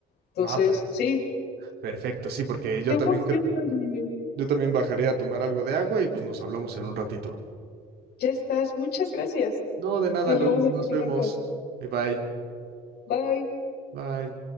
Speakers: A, on the left; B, on the right.
A: Entonces,
B: Ah, per-
A: sí.
B: perfecto, sí, porque yo
A: Qué emoción,
B: también quiero
A: Olivia.
B: Yo también bajaré a tomar algo de agua y pues nos hablamos en un ratito.
A: Ya estás. Muchas gracias.
B: No, de nada,
A: Nos
B: Lu.
A: vemos en
B: Nos
A: un
B: vemos.
A: rato.
B: Bye bye.
A: Bye.
B: Bye.